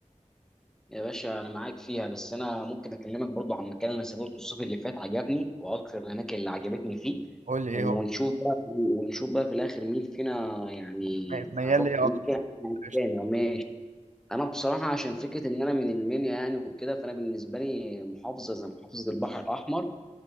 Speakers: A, in the centre; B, on the right (about 70°).
A: يا باشا انا معاك فيها بس انا ممكن اكلمك برضو عن مكان انا سافرته الصيف اللي فات عجبني واكثر الاماكن اللي عجبتني فيه
B: قول لي ايه
A: ونشوف
B: هو
A: بقى ونشوف بقى في الاخر مين فينا يعني
B: طيب، ميال
A: هنروح
B: ليه
A: مين
B: اكتر
A: فينا
B: قشطة.
A: تاني انا بصراحه عشان فكره ان انا من المنيا يعني وكده فانا بالنسبه لي محافظه زي محافظه البحر الاحمر